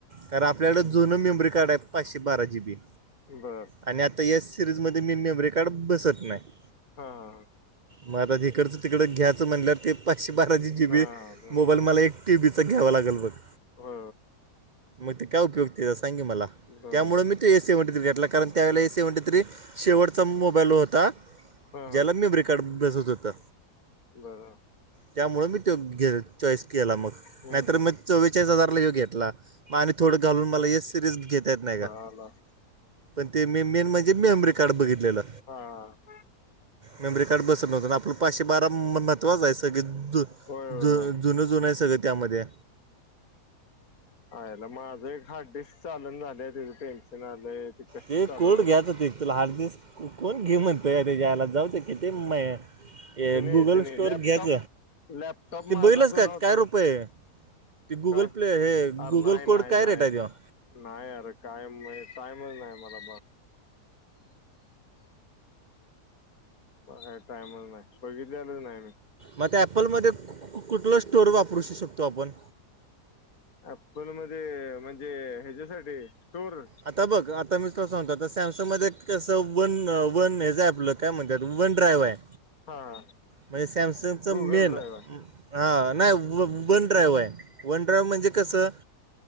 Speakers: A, on the right; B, on the left.
A: कारण आपल्याकं जुनं मेमोरी कार्ड आहे पाचशे बारा जी बी
B: बरं
A: आणि आता या सिरीजमध्येध्ये मी मेमरी कार्ड बसत नाही
B: हा
A: मग आता तिकडचं तिकडं घ्यायचं म्हणल्या ते पाचशे बाराशे जी
B: हा
A: बी
B: बर
A: मोबाईल मला एक टी व्चं घ्यावं लागेल बग
B: हा
A: मग ते काय उपयुक्त सांगे मला
B: बरोबर
A: त्यामुळे मी त ए सी वणटी तथ्री घेतला कारण त्यावेळेला ए सी वणट तरी शेवटचा मोबाईल होता
B: हा
A: ज्याला मेमरी कार्ड बसत होतं
B: बर
A: त्यामुळं मी तो घे चॉईस केला मग
B: हम्म
A: नाहीतर
B: हम्म
A: मी चो्वेचाळीस हजारला घेऊ घेतला म आणि थोडं घालून मला हे सिरीज घेता येत नाही का
B: ह
A: पण ते मी मेन म्हणजे मेमरी कार्ड बघितलेलं
B: हा
A: मेमरी कार्ड बसत नव्हतं आपलं पाचशे बारा महत्त्वां आहे सगळे द
B: होय होय
A: ज जुनं जुन आहे सगळं त्यामध्ये
B: हला माझं एक हार्डिस्क चालून झालंय तिथं टेन्शन आलंय कसं
A: ते
B: चालवायचं
A: कोड घ्यायच हो ते तुला हठ दिस कोण घेऊण तर यायला जाऊच की ते म ए
B: जुने
A: गुगल
B: जुने
A: स्टोअर
B: लॅपटॉप
A: घ्यायच
B: लॅपटॉप
A: ते
B: माझा
A: बैलच
B: जुना
A: का
B: होता
A: काय रुपये ते गुगल
B: काय
A: प्ले हे
B: अरे
A: गुगल
B: नाही
A: कोड
B: नाही
A: काय
B: नाही
A: रेट आहे तेव्हा
B: नाही अरे कायम टायमच नाही मला बणाय का टायमच नाही बघितले आलंच नाही मी
A: मग ॲपलमध्ये कुठला? स्टोअर वापरू श शकतो आपण.
B: अल मध्ये म्हणजे ह्याच्यासाठी स्टोर
A: आता बघ आता मी तुला, सांगतो आता सॅमसंगमध्येध्ये एक कसं वन वन हेच आहे आपलं काय म्हणतात वन ड्रायव्ह आहे.
B: हा.
A: म्हणजे सॅमसंगच
B: गुगल
A: मेन
B: ड्रायव्ह
A: हा नाही व वन ड्राईव्ह आहे वन ड्राईव्ह म्हणजे कसं